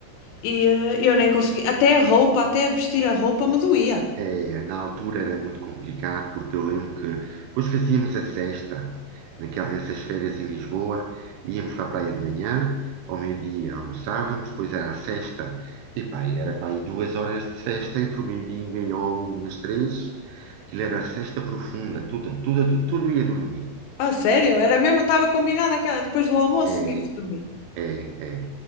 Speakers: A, on the left (about 80°); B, on the right (about 80°).
A: e eh, eu nem consegui. Até a roupa, até vestir a roupa me doía.
B: é, na altura era muito complicado, porque eu lembro que depois fazíamos a sexta, naquela, nessas férias em Lisboa, íamos para a praia de manhã, ao meio-dia almoçávamos, depois era a sexta, e pá, e era para aí duas horas de sexta, entre o meio-dia e meia ou uma e as três, aquilo era a sexta profunda, tudo, tudo, tudo ia dormir.
A: Ah, sério? Era mesmo, estava combinado aquela, depois do almoço
B: É,
A: tinha que se dormir.
B: é, é.